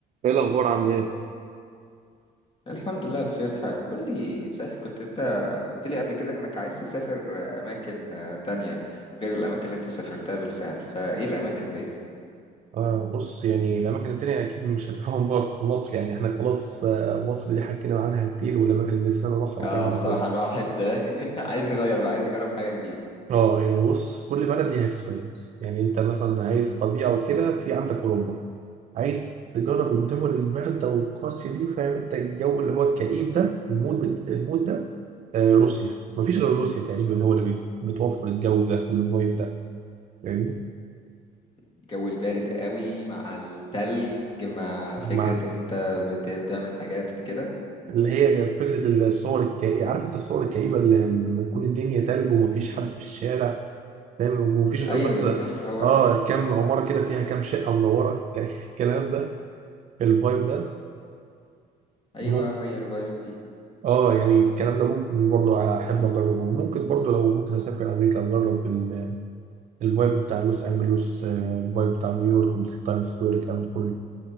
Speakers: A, on the right; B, on the left.
A: ايه الاخبار عامل ايه
B: الحمد لله بخير حال قول لي صحيح كنت انت قلت لي قبل كده انك عايز تسافر اماكن تانية غير الاماكن اللي انت سافرتها بالفعل فايه الاماكن ديت
A: آه بص يعني الأماكن التانية أكيد مش هتفهم بقى في مصر يعني إحنا خلاص آه مصر دي حكينا عنها كتير والأماكن اللي نفسنا نروحها والكلام
B: اه بصراحة
A: ده كله.
B: الواحد <laughs> عايز يغير بقى عايز يجرب حاجة جديدة
A: آه يعني بص كل بلد ليها إكسبيرينس يعني أنت مثلا عايز طبيعة وكده في عندك أوروبا عايز تجرب الدول الباردة والقاسية دي فاهم أنت الجو اللي هو الكئيب ده المود بت- المود ده آه روسيا مفيش غير روسيا تقريبا هو اللي بي- بتوفر الجو ده والفايب ده فاهمني؟
B: الجو البارد قوي مع التلج مع فكرة
A: مع
B: ان انت بت- بتعمل حاجات كده
A: اللي هي فكرة الصور الكئيبة عارف انت الصور الكئيبة اللي لما تكون الدنيا تلج ومفيش حد في الشارع فاهم ومفيش غير
B: ايوه
A: بس
B: بالظبط هو
A: اه
B: ال... ال-
A: كام عمارة كده فيها كام شقة منورة <laughs> الكلام ده الفايب ده
B: ايوه
A: ممكن
B: هي الفايبز دي
A: اه يعني الكلام ده ممكن برضو احب اجربه وممكن برضو لو ممكن اسافر امريكا اجرب ال- الفايب بتاع لوس انجلوس آه، الفايب بتاع نيويورك والتايم سكوير الكلام ده كله